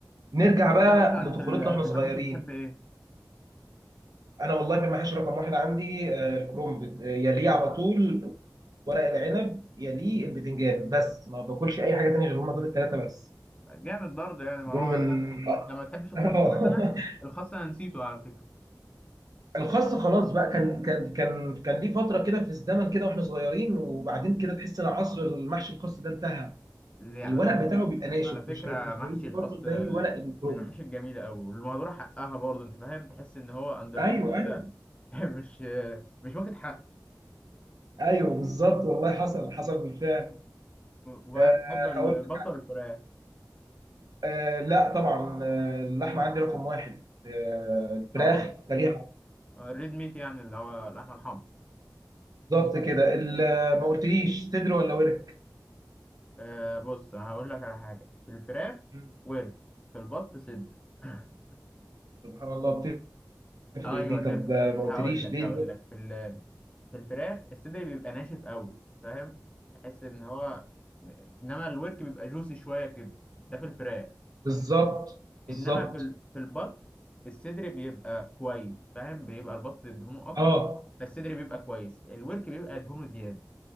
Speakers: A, on the right; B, on the left.
A: نرجع
B: وانت
A: بقى
B: مثلا
A: لطفولتنا
B: في ال-
A: واحنا
B: في
A: صغيرين
B: المحاشي بتحب ايه
A: انا والله في المحاشي رقم واحد عندي آه، الكرنب آه، يليه على طول ورق العنب يليه
B: مم.
A: البتنجان بس ما باكلش اي حاجه تانية غير هما دول الثلاثه بس
B: جامد برضه يعني ما
A: دول
B: هو
A: من
B: ده ال- لما تحبش الخس
A: آه. <laughs>
B: مثلا الخس انا نسيته على فكره
A: الخاص خلاص بقى كان كان كان كان ليه فتره كده في الزمن كده واحنا صغيرين وبعدين كده تحس ان عصر المحشي الخاص ده انتهى
B: ليه
A: الورق
B: على فكرة
A: بتاعه بيبقى ناشف
B: على فكرة
A: مش هي... مش
B: محشي
A: هيجي
B: الخاص
A: برضه زي ورق الكروم
B: من المحاشي الجميلة أوي والمهدورة حقها برضه أنت فاهم تحس إن هو أندر
A: ايوه
B: ريتد كده
A: ايوه
B: <laughs> مش مش واخد حق
A: ايوه بالظبط والله حصل حصل بالفعل
B: وبحب
A: أه
B: البطة
A: هقول لك
B: والفراخ
A: أه لا طبعا آه، اللحمه عندي رقم واحد أه الفراخ
B: طبعا
A: تاريخ
B: الريد ميت يعني اللي هو اللحمة الحمرا
A: بالظبط كده ال- ما قلتليش صدر ولا ورك
B: أه بص أنا هقول لك على حاجة في الفراخ
A: مم.
B: ورك في البط صدر <laughs>
A: سبحان الله بتفرق
B: ايوه
A: دي
B: تفرق
A: طب آه، ما قلتليش
B: هقول لك
A: ليه
B: هقول
A: البط-
B: لك في ال... في الفراخ الصدر بيبقى ناشف قوي فاهم تحس ان هو انما الورك بيبقى جوسي شويه كده ده في الفراخ
A: بالظبط بالظبط
B: انما في ال... في البط الصدر بيبقى كويس فاهم بيبقى البط دهونه اكتر
A: اه
B: فالصدر بيبقى كويس الورك بيبقى دهونه زياده